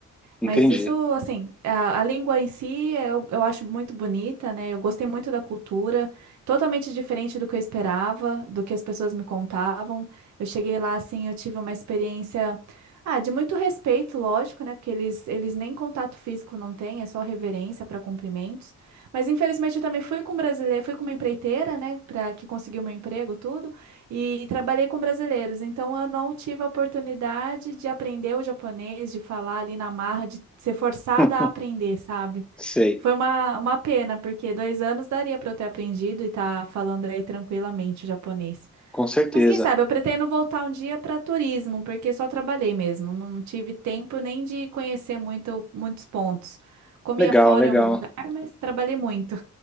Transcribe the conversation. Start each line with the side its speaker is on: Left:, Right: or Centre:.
Centre: Entendi.
Right: Mas isso, assim, a, a língua em si eh, eu, eu acho muito bonita, né? Eu gostei muito da cultura, totalmente diferente do que eu esperava, do que as pessoas me contavam. Eu cheguei lá, assim, eu tive uma experiência, ah, de muito respeito, lógico, né? Porque eles, eles nem contato físico não têm, é só reverência para cumprimentos. Mas infelizmente eu também fui com brasileiro, fui com uma empreiteira, né? Para que conseguiu meu emprego, tudo. E trabalhei com brasileiros, então eu não tive a oportunidade de aprender o japonês, de falar ali na marra, de ser forçada
Centre: <laughs>
Right: a aprender, sabe?
Centre: Sei,
Right: Foi uma, uma pena, porque dois anos daria para eu ter aprendido e estar falando aí tranquilamente o japonês.
Centre: com certeza.
Right: Mas quem sabe, eu pretendo voltar um dia para turismo, porque só trabalhei mesmo, não tive tempo nem de conhecer muito, muitos pontos. Comia
Centre: Legal,
Right: fora
Centre: legal.
Right: em algum lugar, mas trabalhei muito.